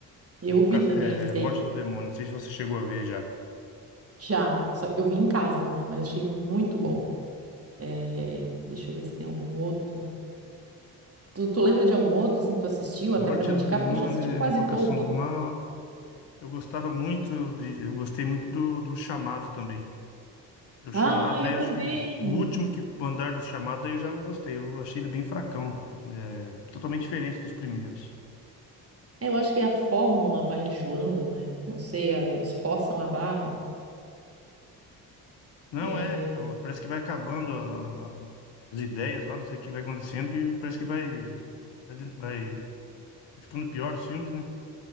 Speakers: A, on the right; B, on the left.
A: E
B: Invoca,
A: eu vi também
B: é,
A: esse
B: Morte
A: aí,
B: do Demônio, não sei se você chegou a ver já.
A: já. Só- eu vi em casa, né? Mas achei muito bom. É, deixa eu ver se tem algum outro. Tu, tu lembra de algum outro, assim, que tu assistiu, até
B: Morte
A: pra me indicar?
B: do Demônio,
A: Porque eu já assisti quase
B: é, Invocação
A: todos.
B: do Mal. Eu gostava muito de. Eu gostei muito do, do Chamado também. O Chamado,
A: Ah,
B: daí
A: eu
B: eu
A: também!
B: acho que o último que mandar do Chamado, daí eu já não gostei. Eu achei ele bem fracão. é, totalmente diferente dos primeiros.
A: É, Eu acho que a fórmula vai enjoando, né? Não sei, a- eles forçam a barra.
B: Não
A: É,
B: é, então,
A: deixa-
B: parece que vai acabando ah, as ideias lá, não sei o que vai acontecendo, que parece que vai, vai, de- vai- vai ficando pior os filmes, né?